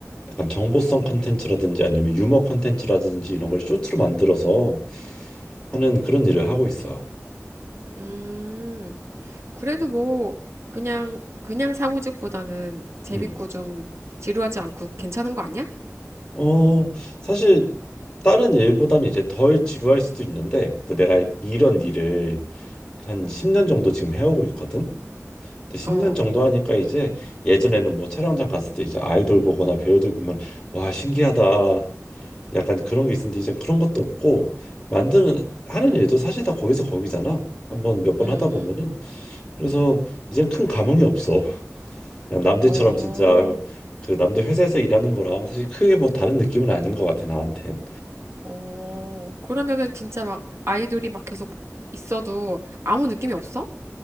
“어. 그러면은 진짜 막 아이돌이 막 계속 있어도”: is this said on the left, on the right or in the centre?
Right